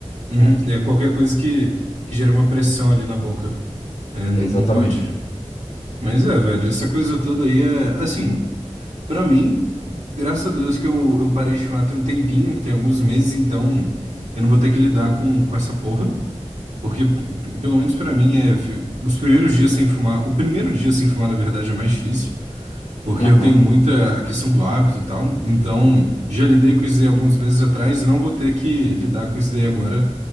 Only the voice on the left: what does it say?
né?
Exatamente.
Aham,